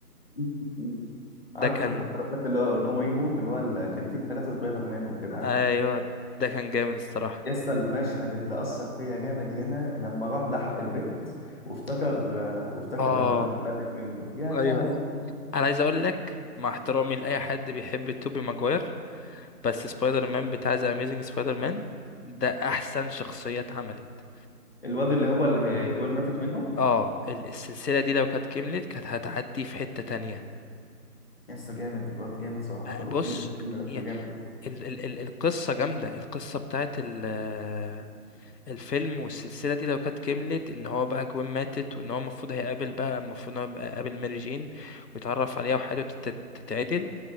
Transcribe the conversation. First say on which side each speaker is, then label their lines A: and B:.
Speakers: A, on the left; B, on the left.
A: م-م-م. عارفه
B: ده كان
A: انت قصدك اللي هو نو واي هوم اللي هو اللي كان فيه الثلاثه سبايدر مان وكده عارف
B: ايوه ده كان جامد الصراحه
A: يسطا المشهد اللي أثر فيا جامد هنا لما راح لحق البيت وافتكر آه، وافتكر
B: اه
A: لما جوين ماتت منه يا
B: ايوه
A: لهوي
B: ايوه انا عايز اقول لك مع احترامي لاي حد بيحب توبي ماجواير بس سبايدر مان بتاع ذا اميزنج سبايدر مان ده احسن شخصيه اتعملت
A: الواد اللي هو اللي جوين ماتت منه
B: اه ال- السلسله دي لو كانت كملت كانت هتعدي في حته تانية
A: يسطا جامد الواد جامد صراحة
B: آه،
A: والفيلم
B: بص
A: الفيلم نفسه
B: يا-
A: جامد
B: ال ال ال القصه جامده القصه بتاعت ال آه، الفيلم والسلسله دي لو كانت كملت ان هو بقى جوين ماتت وان هو المفروض هيقابل بقى المفروض ان هو يبقى قابل ماري جين ويتعرف عليها وحياته تت- تتعدل